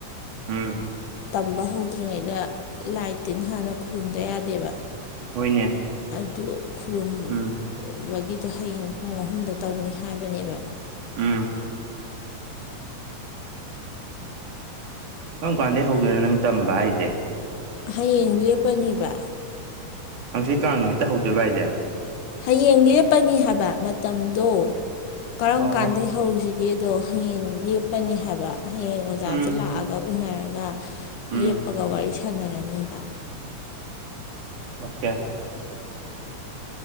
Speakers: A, on the right; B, on the left.
A: ꯎꯝ
B: ꯇꯝꯕ ꯍꯧꯗ꯭ꯔꯤꯉꯩꯗ ꯂꯥꯏ ꯇꯤꯟ ꯍꯥꯟꯅ ꯈꯨꯔꯨꯝꯗ ꯌꯥꯗꯦꯕ꯫
A: ꯍꯣꯏꯅꯦ
B: ꯑꯗꯨ ꯈꯨꯔꯨꯝꯕꯒꯤꯗꯣ
A: ꯎꯝ
B: ꯍꯌꯦꯡ ꯄꯨꯡ ꯑꯍꯨꯝꯗ ꯇꯧꯅꯤ ꯍꯥꯏꯕꯅꯦꯕ‌꯫
A: ꯎꯝ ꯀꯔꯝ ꯀꯥꯟꯗꯩ ꯍꯧꯗꯣꯏꯅꯣ ꯅꯪ ꯇꯝꯕ ꯍꯥꯏꯖꯦ?
B: ꯍꯌꯦꯡ ꯂꯦꯞꯄꯅꯤꯕ
A: ꯍꯥꯡꯆꯤꯠ ꯀꯥꯡ ꯅꯨꯃꯤꯠꯇ ꯍꯧꯗꯣꯏꯕ ꯍꯥꯏꯁꯦ?
B: ꯍꯌꯦꯡ ꯂꯦꯞꯄꯅꯤ ꯍꯥꯏꯕ ꯃꯇꯝꯗꯣ ꯀꯔꯝ
A: ꯑꯣ
B: ꯀꯥꯟꯗꯩ
A: ꯑꯣ
B: ꯍꯧꯁꯤꯒꯦꯗꯣ ꯍꯌꯦꯡ ꯂꯦꯞꯄꯅꯤ ꯍꯥꯏꯕ ꯍꯌꯦꯡ ꯑꯣꯖꯥꯥꯖꯦ
A: ꯎꯝ
B: ꯂꯥꯛꯑ ꯎꯅꯔꯒ
A: ꯎꯝ
B: ꯂꯦꯞꯄꯒ ꯋꯥꯔꯤ ꯁꯥꯟꯅꯔꯅꯤꯕ
A: ꯑꯣꯀꯦ